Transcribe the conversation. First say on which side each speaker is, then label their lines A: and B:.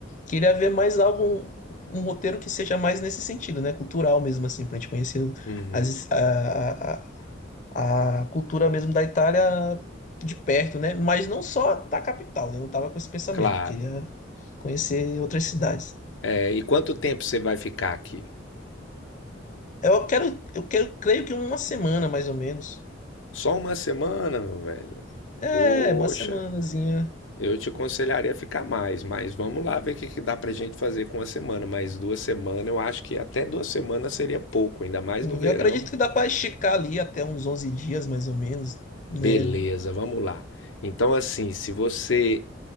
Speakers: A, on the left; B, on the left.
A: queria ver mais algo, um um roteiro que seja mais nesse sentido, né? Cultural mesmo, assim, para a gente conhecer
B: Uhum,
A: as, a, a cultura mesmo da Itália de perto, né? Mas não só da capital, né? Eu não tava com esse pensamento,
B: claro.
A: queria conhecer outras cidades.
B: É, e quanto tempo você vai ficar aqui?
A: Eu quero, eu quero, creio que uma semana mais ou menos.
B: Só uma semana, meu velho.
A: É,
B: Poxa.
A: uma semanazinha.
B: Eu te aconselharia a ficar mais, mas vamos lá ver o que que dá pra gente fazer com uma semana. Mas duas semanas, eu acho que até duas semanas seria pouco, ainda mais
A: Sim,
B: no verão.
A: eu acredito que dá para esticar ali até uns 11 dias mais ou menos, né?
B: Beleza, vamos lá. Então, assim, se você.